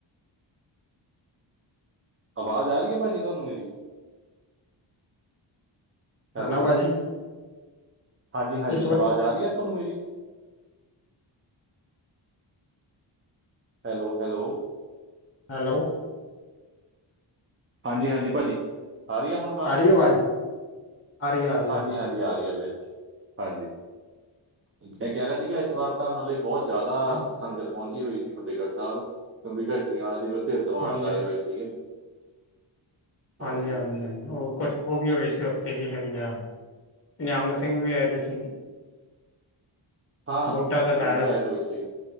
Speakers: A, on the right; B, on the left.
A: ਆਵਾਜ਼ ਆ ਰਹੀ ਹੈ ਭਾਜੀ ਤੁਹਾਨੂੰ ਮੇਰੀ ਹੈਲੋ,
B: ਹੈ ਨਾ ਭਾਜੀ
A: ਹਾਂਜੀ- ਹਾਂਜੀ
B: ਇਸ ਵਾਰ।
A: ਆਵਾਜ਼ ਆ ਰਹੀ ਹੈ ਤੁਹਾਨੂੰ ਮੇਰੀ ਹੈਲੋ ਹੈਲੋ
B: ਹੈਲੋ
A: ਹਾਂਜੀ-ਹਾਂਜੀ ਭਾਜੀ, ਆ ਰਹੀ ਹੁਣ ਆਵਾਜ,
B: ਆ ਰਹੀ ਹੈ ਆਵਾਜ਼ ਆ ਰਹੀ ਆ ਰਹੀ
A: ਹਾਂਜੀ
B: ਹੈ
A: -ਹਾਂਜੀ ਆ ਰਹੀ ਹੈ ਵੀਰੇ, ਹਾਂਜੀ, ਮੈਂ ਕਹਿ ਰਿਹਾ ਸੀਗਾ ਇਸ ਵਾਰ ਤਾਂ ਮਤਲਬ ਬਹੁਤ ਜ਼ਿਆਦਾ,
B: ਹਾਂ
A: ਸੰਗਤ ਪਹੁੰਚੀ ਹੋਈ ਸੀ ਫਤਿਹਗੜ੍ਹ ਸਾਹਿਬ, ਕਿਉਂਕਿ ਢੱਡਰੀਆਂ ਵਾਲੇ ਦੇ ਉੱਥੇ ਦੀਵਾਨ
B: ਹਾਂਜੀ
A: ਲਾਏ ਹੋਏ ਸੀ। ਹਾਂਜੀ-ਹਾਂਜੀ
B: ਹਾਂਜੀ ਹਾਂਜੀ ਹਾਂਜੀ, ਉਹ ਕੁ ਉਹ ਵੀ ਹੋਏ ਸੀ ਉੱਥੇ ਕੀ ਕਹਿੰਦੇ ਆ, ਨਿਹੰਗ ਸਿੰਘ ਵੀ ਆਏ ਤੇ ਸੀ
A: ਹਾਂ,
B: ਬੁੱਢਾ ਤਾਂ ਲੈ
A: ਉਹ ਵੀ ਆਏ ਹੋਏ ਸੀ,